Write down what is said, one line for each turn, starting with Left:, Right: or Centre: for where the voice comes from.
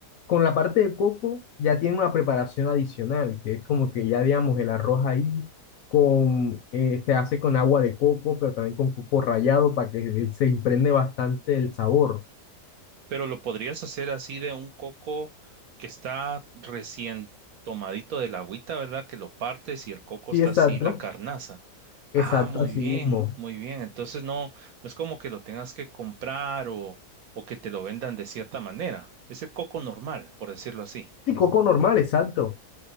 Left: Con la parte de coco ya tiene una preparación adicional, que es como que ya digamos el arroz ahí con, eh, se hace con agua de coco, pero también con coco rallado para que él se impregne bastante el sabor.
Right: Pero lo podrías hacer así de un coco que está recién tomadito de la agüita, ¿verdad? Que lo partes y el coco
Left: Sí,
Right: está
Left: exacto,
Right: así, la carnaza. Ah,
Left: exacto,
Right: muy
Left: así
Right: bien,
Left: mismo.
Right: muy bien. Entonces no, no es como que lo tengas que comprar o, o que te lo vendan de cierta manera. Es el coco normal, por decirlo así.
Left: Sí, coco normal, exacto.